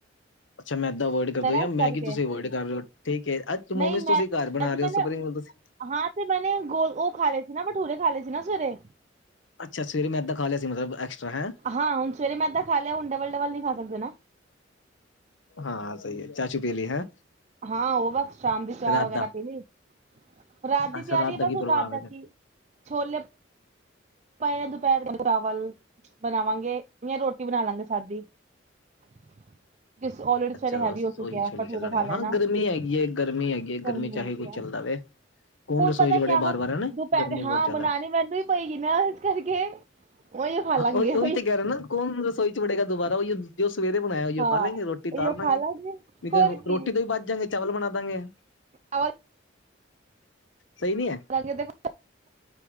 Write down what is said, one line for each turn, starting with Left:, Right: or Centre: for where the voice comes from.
Left: ਅੱਛਾ ਮੈਦਾ ਅਵੋਇਡ ਕਰਦੇ ਔ ਯਾ
Right: ਇਸ
Left: ਮੈਗੀ
Right: ਕਰਕੇ
Left: ਤੁਸੀਂ ਅਵੋਇਡ ਕਰ ਰਹੇ ਹੋ ਠੀਕ ਹੈ ਅੱਜ ਤਾਂ
Right: ਨਹੀਂ
Left: ਮੋਮੋਜ਼
Right: ਮੈਂ
Left: ਤੁਸੀਂ ਘਰ ਬਣਾ
Right: ਅੱਜ
Left: ਰਹੇ
Right: ਮੈਨੇ
Left: ਹੋ ਉਸ ਤੋਂ ਪਹਿਲਾ ਮੋਮੋਜ਼।
Right: ਹਾਂ ਤੇ ਮੈਂਨੇ ਗੋਲ ਉਹ ਖਾ ਲਏ ਸੀ ਨਾ ਭਠੂਰੇ ਖਾ ਲਏ ਸੀ ਨਾ ਸਵੇਰੇ।
Left: ਅੱਛ ਸਵੇਰੇ ਮੈਂ ਏਦਾਂ ਖਾ ਲਿਆ ਮਤਲਬ, ਹੈ
Right: ਹਾਂ ਹੁਣ ਸਵੇਰੇ ਮੈ ਤਾਂ ਖਾ ਲਿਆ, ਹੁਣ ਡਬਲ ਡਬਲ ਨੀ ਖਾ ਸਕਦੇ ਨਾ।
Left: ਹਾਂ ਸਹੀ ਹੈ ਚਾ ਚੂ ਪੀਲੀ ਹੈ।
Right: ਹਾਂ, ਉਹ ਬਸ ਸ਼ਾਮ ਦੀ ਚਾਹ
Left: ਰਾਤ
Right: ਵਗੈਰਾ
Left: ਦਾ
Right: ਪੀਲੀ। ਰਾਤ ਦੀ
Left: ਅੱਛਾ
Right: ਤਿਆਰੀ ਹੈ,
Left: ਦਾ ਕੀ
Right: ਬਸ
Left: ਪ੍ਰੋਗਰਾਮ
Right: ਰਾਤ ਦਾ
Left: ਹੈ ਫਿਰ
Right: ਕੀ ਛੋਲੇ ਆਪਾਂ ਇਹਨੇ ਦੁਪਹਿਰ ਚਾਵਲ ਬਣਾਵਾਂਗੇ, ਜਾਂ ਰੋਟੀ ਬਣਾ ਲਾਂਗੇ ਸਾਦੀ। <unintelligible> ਕਿਸ ਔਲਰੇਡੀ
Left: ਅੱਛਾ
Right: ਸਾਰੇ ਹੈਵੀ ਹੋ ਚੁੱਕਿਆ,
Left: ਉਹੀ ਛੋਲੇ
Right: ਪਰੋਠੇ
Left: ਚੱਲਣਗੇ
Right: ਖਾ
Left: ਹਾਂ
Right: ਲੈਣਾ
Left: ਗਰਮੀ ਹੈਗੀ ਹੈ ਗਰਮੀ ਹੈਗੀ ਹੈ
Right: ਗਰਮੀ ਹੋ।
Left: ਚਾਹੇ ਕੁੱਝ ਚੱਲਦਾ ਵੇ ਕੌਣ
Right: ਹੁਣ
Left: ਰਸੋਈ
Right: ਪਤਾ
Left: ਚ
Right: ਕਿਆ
Left: ਬੜੇ ਬਾਰ
Right: ਹੁਣ
Left: ਬਾਰ ਹੈ ਨਾ
Right: ਦੁਪਹਿਰੇ
Left: ਗਰਮੀ ਬਹੁਤ
Right: ਹਾਂ
Left: ਜ਼ਿਆਦਾ
Right: ਬਣਾਉਣੀ ਮੈਨੂੰ ਹੀ ਪਏਗੀ, ਨਾ ਇਸ ਕਰਕੇ ਉਹੀਓ ਖਾ ਲਾਂਗੇ
Left: ਹਾਂ ਉਹੀ-ਉਹੀ
Right: ਉਹੀ
Left: ਤੇ ਕਹਿ ਰਹੇ ਨਾ ਕੌਣ ਰਸੋਈ ਚ ਵੜੇਗਾ, ਦੁਬਾਰਾ ਉਹੀ ਜ ਉਹ ਸਵੇਰੇ ਬਣਾਇਆ,
Right: ਹਾਂ
Left: ਉਹ ਖਾ ਲੈਂਗੇ ਰੋਟੀ
Right: ਉਹੀਓ
Left: ਤਾਰ ਦਾਂਗੇ
Right: ਖਾ ਲਾਂਗੇ
Left: ਵੀ ਤੇ
Right: ਹੋਰ ਕੀ
Left: ਰੋਟੀ ਤੋਂ ਵੀ ਵੱਚ ਜਾਗੇ ਚਾਵਲ ਬਣਾ ਦਾਂਗੇ।
Right: <unintelligible>
Left: ਸਹੀ ਨੀ ਹੈ।
Right: ਰੰਗੇ ਦੇਖ।